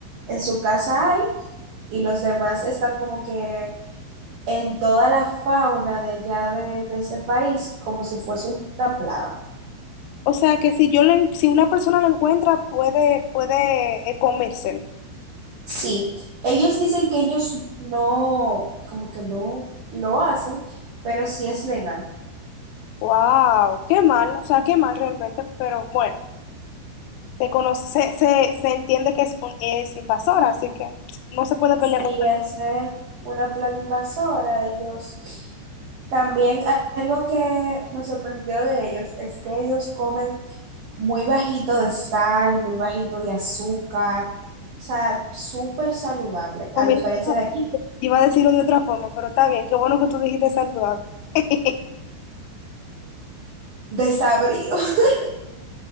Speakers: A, on the right; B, on the left.
A: En su casa hay, y los demás están como que en toda la fauna de allá de, de ese país, como si fuese una plaga.
B: O sea, que si yo lo en- si una persona lo encuentra, puede, puede eh, comérselo.
A: Sí, ellos dicen que ellos no, como que no lo hacen, pero sí es legal.
B: Wow, qué mal, o sea, qué mal realmente, pero bueno. se conoce, se, se, se entiende que es, un- es invasora, así que no se puede pelear
A: y
B: con
A: al ser una plaga invasora, ellos también algo que nos sorprendió de ellos es que ellos comen muy bajito de sal, muy bajito de azúcar, o sea, súper saludable,
B: comida.
A: a diferencia de aquí,
B: Iba a decirlo de otra forma, pero está bien, qué bueno que tú dijiste saludable. <laughs>
A: desabrido. <laughs>